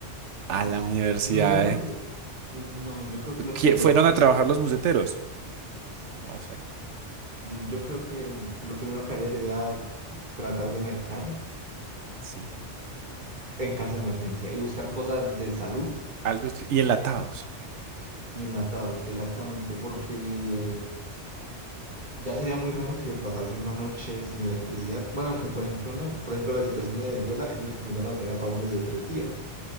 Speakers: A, on the right (about 75°); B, on the right (about 40°).
A: A
B: <laughs>
A: la universidad,
B: No, yo creo
A: ¿eh?
B: que... No, yo creo que lo
A: ¿Qui-
B: primero...
A: ¿Fueron
B: que
A: a
B: haría-
A: trabajar los buceteros? No sé,
B: mm, Yo creo que lo primero que haría sería tratar de mercar
A: sí.
B: en caso de emergencia y buscar cosas de salud
A: Algo es- y enlatados.
B: Y enlatados, exactamente, porque ya sería muy raro que pasase una noche sin electricidad. Bueno, aunque por ejemplo no. Por ejemplo, la situación de Venezuela, ellos comenzaron a tener apagones de tres días.